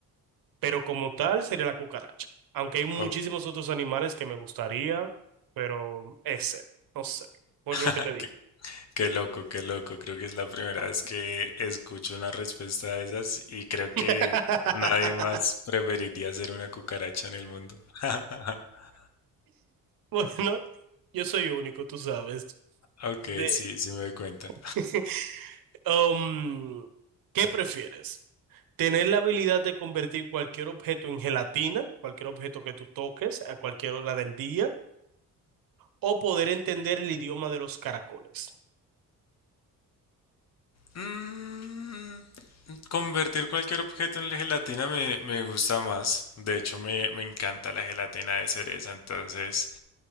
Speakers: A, on the right; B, on the left.
A: pero como tal sería la cucaracha. Aunque hay muchísimos
B: ¿O
A: otros animales que me gustaría, pero ese, no sé, por
B: <laughs>
A: lo que te dije.
B: Qué loco, qué loco. Creo que es la primera vez que escucho una respuesta de esas y creo que
A: <laughs>
B: nadie más preferiría ser una cucaracha en el mundo. <laughs>
A: Bueno, yo soy único, tú sabes.
B: Ok,
A: De,
B: sí, sí me doy cuenta.
A: <laughs> um, ¿qué prefieres? ¿Tener la habilidad de convertir cualquier objeto en gelatina, cualquier objeto que tú toques a cualquier hora del día, o poder entender el idioma de los caracoles?
B: Mm, convertir cualquier objeto en gelatina me, me gusta más. De hecho, me, me encanta la gelatina de cereza. Entonces,